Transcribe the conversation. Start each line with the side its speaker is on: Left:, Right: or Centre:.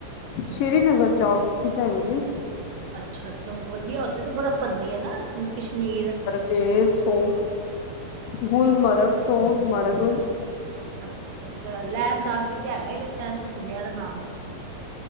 Left: ਸ੍ਰੀਨਗਰ ਜਾਓ ਤੁਸੀਂ ਭੈਣ ਜੀ
Right: ਅੱਛਾ ਅੱਛਾ ਵਧੀਆ ਉੱਥੇ ਤਾਂ ਬਰਫ਼ ਪੈਂਦੀ ਹੈ ਨਾ ਕਸ਼ਮੀਰ
Left: ਤੇ ਸੋ ਗੁਲਮਰਗ ਸੋ ਮਰਗ
Right: ਅੱਛਾ ਅੱਛਾ ਲੇਹ ਲਦਾਗ ਵੀ ਤੇ ਹੈਗਾ ਹੈ ਸ਼ਹਿਰ ਮ ਸੁਨਿਆ ਦਾ ਨਾਮ